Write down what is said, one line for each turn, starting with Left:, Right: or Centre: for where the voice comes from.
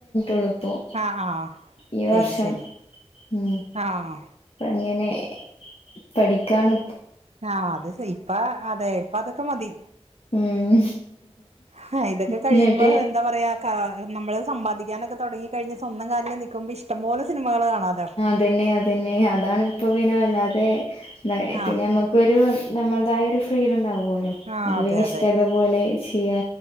Left: എളുപ്പം
Right: ആഹ് ആഹ്
Left: ഈ
Right: ശരി
Left: വർഷം
Right: ശരി
Left: ഉം.
Right: ആഹ്
Left: അങ്ങനെ പഠിക്കാണ്.
Right: ആഹ് അത് സൈ ഇപ്പ അതെ ഇപ്പ അതൊക്കെ മതി.
Left: ഉം
Right: ഹ ഇതൊക്കെ കഴിയുമ്പോ
Left: എന്നിട്ട്
Right: എന്താ പറയാ. ക്കാ നമ്മള് സമ്പാദിക്കാനൊക്കെ തൊടങ്ങി കഴിഞ്ഞ സ്വന്തം കാലില് നിക്കുമ്പോ ഇഷ്ടം പോലെ സിനിമകൾ കാണാലോ.
Left: അതന്നെ അതന്നെ അതാണ് ഇപ്പം പിന്നെ വല്ലാതെ
Right: ആഹ്
Left: പിന്നെ നമ്മ ക്കൊരു നമ്മളതായൊരു ഫ്രീഡം ഉണ്ടാവോല്ലോ
Right: ആഹ്
Left: അപ്പൊപിന്നെ
Right: അതെ
Left: ഇഷ്ടള്ള
Right: അതെ
Left: പോലെ ചെയ്യാ